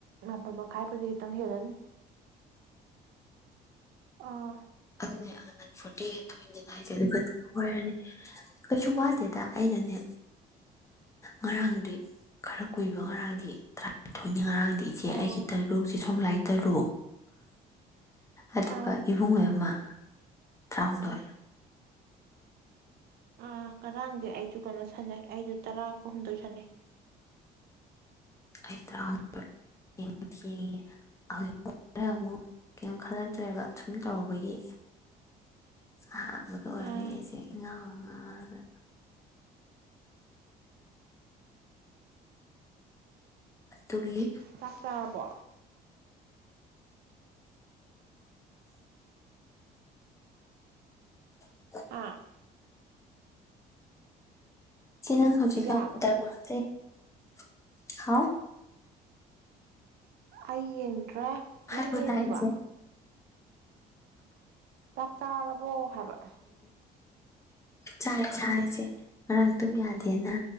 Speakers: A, on the right; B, on the left.
A: ꯃꯥꯄꯟ ꯃꯈꯥꯏꯕꯨꯗꯤ ꯈꯤꯇꯪ ꯍꯦꯜꯂꯅꯤ ꯑꯥ
B: <inaudible> ꯐꯣꯔꯇꯤ ꯍꯦꯟꯇꯣꯛ ꯍꯦꯟꯖꯤꯟ ꯍꯥꯏꯁꯦ ꯑꯗꯨꯒ ꯑꯣꯏꯔꯅꯤ ꯀꯩꯁꯨ ꯋꯥꯗꯦꯗ ꯑꯩꯅꯅꯦ ꯉꯔꯥꯡꯗꯤ ꯈꯔ ꯀꯨꯏꯕ ꯉꯔꯥꯡꯗꯤ ꯇꯔꯥꯅꯤꯊꯣꯏꯅꯤ ꯉꯔꯥꯡꯗꯤ ꯏꯆꯦ
A: ꯑꯣ
B: ꯑꯩꯒꯤ ꯇꯔꯨꯛ ꯏꯆ ꯁꯣꯝꯂꯥꯏ ꯇꯔꯨꯛ ꯑꯗꯨꯒ
A: ꯑꯥ
B: ꯏꯕꯨꯡꯉꯣ ꯑꯃ ꯇꯔꯥꯍꯨꯝꯗꯣꯏ
A: ꯑ ꯉꯔꯥꯡꯗꯤ ꯑꯩꯁꯨ ꯀꯩꯅꯣ ꯁꯥꯟꯅꯩ ꯑꯩꯗꯨ ꯇꯔꯥꯒꯍꯨꯝꯗꯣꯏ ꯁꯥꯟꯅꯩ
B: ꯑꯩ ꯇꯔꯥꯍꯨꯝꯗꯣꯏ ꯊꯦꯡ ꯊꯦꯡ ꯉꯤ ꯍꯧꯖꯤꯛ ꯑꯃꯨꯛ ꯀꯔꯤꯝ ꯈꯜꯂꯛꯇ꯭ꯔꯦꯕ ꯁꯨꯝ ꯇꯧꯔꯧꯕꯒꯤ ꯑꯍꯥꯟꯕꯒ ꯑꯣꯏꯕꯒꯤ
A: ꯑꯥ
B: ꯑꯩꯁꯦ ꯏ ꯉꯥꯎꯕ ꯉꯥꯎꯔꯒ ꯇꯨꯒꯤ
A: ꯆꯥꯛ ꯆꯥꯔꯕꯣ
B: <unintelligible> <inaudible>
A: ꯍꯥꯥ
B: ꯆꯦ ꯅꯪ ꯍꯧꯖꯤꯀꯥꯟ
A: ꯄꯤꯌꯥ
B: ꯗ꯭ꯔꯥꯥꯃꯥꯥ <inaudible> ꯍꯥꯎ
A: ꯑꯩꯌꯦꯟ ꯇ꯭ꯔꯦ ꯅꯪ
B: ꯍꯥꯏꯕ
A: ꯌꯦꯡꯉꯤꯕꯣ
B: ꯇꯥꯏ ꯏꯆꯦ
A: ꯆꯥꯛ ꯆꯥꯔꯕꯣ ꯍꯥꯌꯕ
B: ꯆꯥꯏ ꯆꯔꯤꯁꯦ ꯉꯔꯥꯡ ꯑꯗꯨꯝ ꯌꯥꯗꯦꯅ